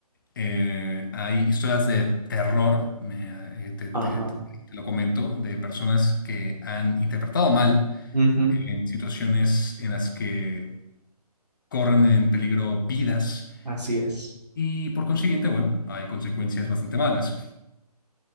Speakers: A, on the left; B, on the right.
A: Eh, hay historias de terror, me, eh, te, te-
B: Ajá.
A: te lo comento, de personas que han interpretado mal
B: Ujú.
A: en situaciones en las que corren en peligro vidas
B: Así es.
A: y por consiguiente, bueno, hay consecuencias bastante malas.